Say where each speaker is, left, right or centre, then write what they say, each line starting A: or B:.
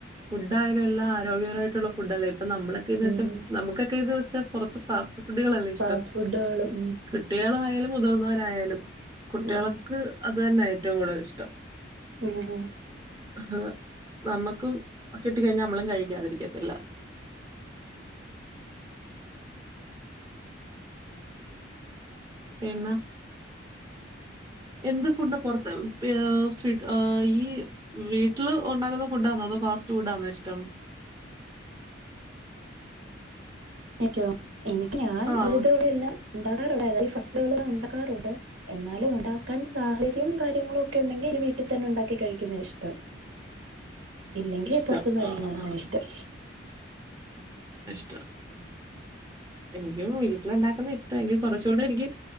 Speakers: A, on the right; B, on the right.
A: ഫുഡായാലും എല്ലാം ആരോഗ്യപരമായിട്ടുള്ള ഫു ഫുഡല്ലേ, ഇപ്പ നമ്മളൊക്കെ എന്ന്
B: ഉം
A: വെച്ചാ നമുക്കൊക്കെ ഇത് വെച്ചാ പുറത്ത് ഫാസ്റ്റ് ഫുഡുകളല്ലേ ഇഷ്ടം.
B: ഫാസ്റ്റ് ഫുഡുകളും
A: കുട്ടികളായാലും മുതിർന്നവരായാലും. കുട്ടികൾക്ക്
B: ഉം
A: അത് തന്നാ ഏറ്റവും കൂടുതൽ ഇഷ്ടം.
B: ഉം
A: ഹ് ഹ് നമ്മുക്കും കിട്ടിക്കഴിഞ്ഞാൽ നമ്മളും കഴിക്കാതിരിക്കത്തില്ല. പിന്ന, എന്ത് ഫുഡ് പൊറത്ത് ഫി ഫിഡ് ആ ഈ വീട്ടിൽ ഒണ്ടാക്കുന്ന ഫുഡ് ആന്നോ അതോ ഫാസ്റ്റ് ഫുഡാന്നോ ഇഷ്ടം?
B: എനിക്കോ എനിക്ക് ഞാൻ
A: ആഹ്
B: ഒരുവിധം ഇവിടെ എല്ലാം <unintelligible> ഫസ്റ്റ് ടൈമിൽ ഇണ്ടാക്കാറുണ്ട്. എന്നാലും ഒണ്ടാക്കാൻ സാഹര്യം കാര്യങ്ങളും ഒക്കെ ഒണ്ടെങ്കി വീട്ടിത്തന്നെ ഒണ്ടാക്കി കഴിക്കുന്നെയാ ഇഷ്ടം. ഇല്ലെങ്കിൽ
A: ഇഷ്ടം
B: പുറത്തുനിന്ന് കഴിക്കുന്ന
A: ആഹ്
B: തന്നെ
A: ആഹ്
B: ഇഷ്ടം
A: ഇഷ്ടം എനിക്കും വീട്ടിലുണ്ടാക്കുന്ന ഇഷ്ട എങ്കിലും കൊറച്ചൂടെ എനിക്ക്